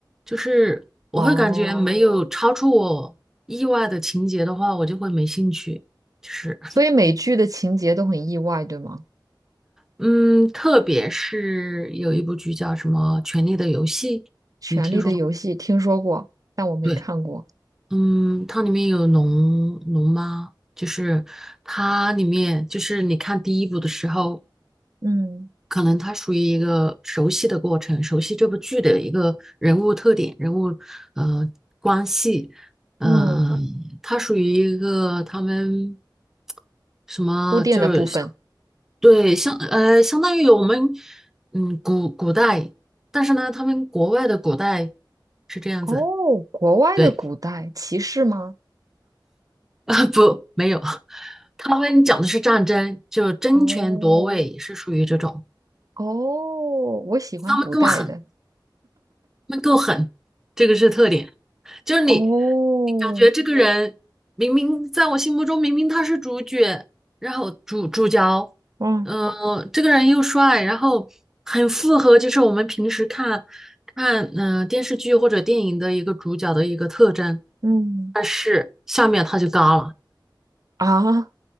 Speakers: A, in the centre; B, on the right.
A: 就是我会感觉没有超出我意外的情节的话，
B: 哦，
A: 我就会没兴趣。就是。
B: 所以美剧的情节都很意外，对吗？
A: 嗯，特别是有一部剧叫什么《权力的游戏》，
B: 《权力的游戏》听说过，
A: 你听说过吗
B: 但我没看过。
A: 对，嗯，它里面有龙龙妈，就是它里面就是你看第一部的时候，
B: 嗯
A: 可能它属于一个熟悉的过程，熟悉这部剧的一个人物特点、人物呃关系，呃，
B: 嗯，
A: 它属于一个他们什么就是像
B: 铺垫的部分。
A: 对相呃相当于我们嗯古古代，但是呢，他们国外的古代是这样子，
B: 哦，国外的古代骑士吗？
A: 对啊 <laughs> 不没有，他们讲的是战争，就争权夺位是属于这种，
B: 哦哦，我喜欢古代的。
A: 他们够狠，他们够狠，这个是特点。就是你，
B: 哦，
A: 你感觉这个人明明在我心目中明明他是主角，然后主主角，
B: 嗯
A: 嗯、这个人又帅，然后很符合就是我们平时看看嗯、呃电视剧或者电影的一个主角的一个特征，
B: 嗯
A: 但是下面他就嘎了，
B: 啊，